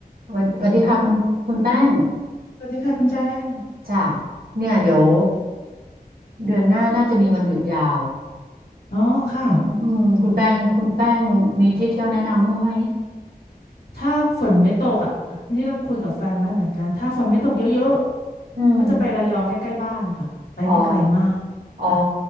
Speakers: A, on the right; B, on the left.
A: สวัสสวัสดีค่ะคุณคุณแป้ง
B: สวัสดีค่ะคุณแจ้ง
A: จ้ะเนี่ยเดี๋ยวเดือนหน้าน่าจะมีวันหยุดยาว
B: อ๋อค่ะ
A: อืมอืมคุณแป้งคุณแป้งมีที่เที่ยวแนะนำมั้างไหม
B: ถ้าฝนไม่ตกอ่ะนี่ก็คุยกับแฟนไว้เหมือนกัน ถ้าฝนไม่ตกเยอะๆ
A: อืม
B: ก็จะไประยองใกล้ๆบ้านนะคะไปไม่ไกลมาก
A: อ๋ออ๋อ
B: ค่ะ